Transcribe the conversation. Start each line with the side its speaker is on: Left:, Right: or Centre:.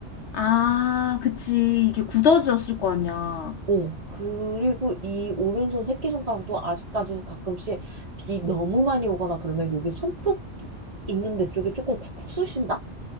Left: 아, 그치. 이게 굳어졌을 거 아니야.
Right: 어, 그리고 이 오른손 새끼손가락도 아직까지 가끔씩 비 너무 많이 오거나 그러면 여기 손톱 있는 데 쪽에 조금 쿡쿡 쑤신다?